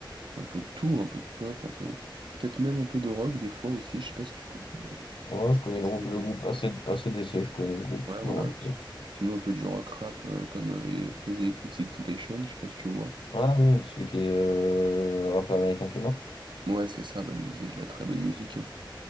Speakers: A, on the right; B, on the left.
A: un peu de tout, un peu de pop, un peu, peut-être même un peu de rock, des fois aussi, je sais pas si tu connais. euh,
B: Ouais, je connais
A: les
B: le
A: sons
B: groupe,
A: de-
B: le groupe AC- ACDC. Je connais le groupe
A: Ouais, voilà.
B: de rock. Je pense.
A: si- Sinon, un peu du rock rap, euh, comme euh, faisait XXXTentacion, je sais pas si tu vois.
B: Ah oui, celui qui est euh, rappeur américain qui est mort.
A: Ouais, c'est ça, bah, lui, il faisait de la très bonne musique, hein.